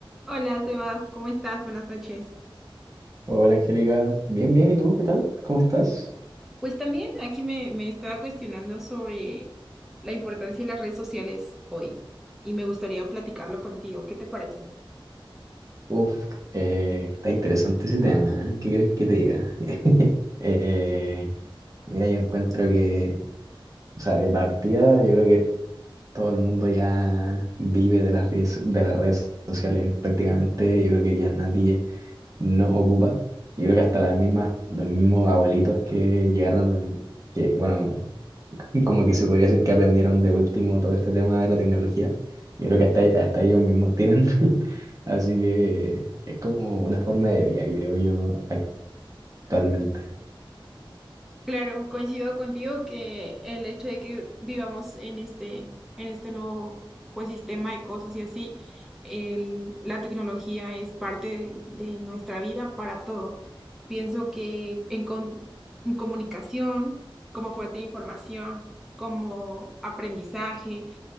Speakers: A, in the centre; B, on the right.
A: Hola, Sebas, ¿cómo estás? Buenas noches.
B: Hola Angélica, bien, bien, ¿y tú qué tal? ¿Cómo estás?
A: Pues también aquí me, me estaba cuestionando sobre la importancia de las redes sociales hoy y me gustaría platicarlo contigo. ¿Qué te parece?
B: Uf, eh, está interesante ese tema, ¿eh? ¿Qué crees que te diga? Eh, mira, yo encuentro que, o sea, de partida, yo creo que todo el mundo ya vive de las redes, de las redes sociales prácticamente, yo creo que ya nadie no ocupa, yo creo que hasta las mismas, los mismos abuelitos que llegaron, que, bueno, <laughs> y como que se podría decir que aprendieron de último todo este tema de la tecnología. Yo creo que hasta, hasta ellos mismos tienen. <laughs> Así que es como una forma de vida, creo yo, actualmente.
A: Claro, coincido contigo que el hecho de que vivamos en este, en este nuevo pues, sistema de cosas y así, el- la tecnología es parte de, de nuestra vida para todo. Pienso que en, con- en comunicación, como fuente de información, como aprendizaje,